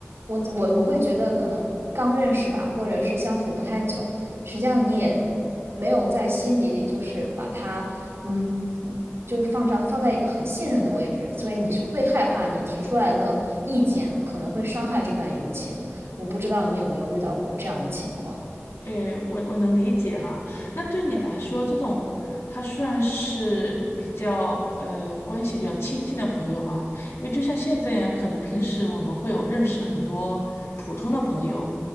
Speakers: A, on the right; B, on the left.
A: 我我我会觉得可能刚认识吧，或者是相处不太久。实际上你也没有在心底里就是把他，嗯，就是放在放在一个很信任的位置，所以你是会害怕你提出来的意见可能会伤害这段友情。我不知道你有没有遇到过这样的情况。
B: 诶，我我能理解哈。那对你来说，这种他算是比较呃关系比较亲近的朋友吗？因为就像现在呀，可能平时我们会有认识很多普通的朋友，